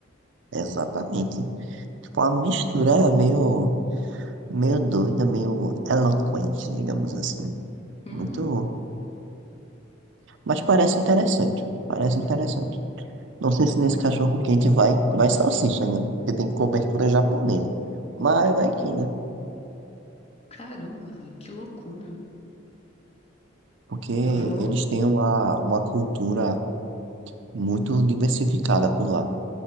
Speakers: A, on the right; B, on the left.
A: Exatamente. Tipo, uma mistura meio, meio doida, meio eloquente, digamos assim.
B: Hum,
A: Muito. Mas parece interessante. Parece interessante. Não sei se nesse cachorro quente vai, vai salsicha, né? Porque tem cobertura japonesa. Mas vai que, né?
B: caramba, velho, que loucura.
A: Porque eles
B: Eu vou.
A: têm uma, uma cultura muito diversificada por lá.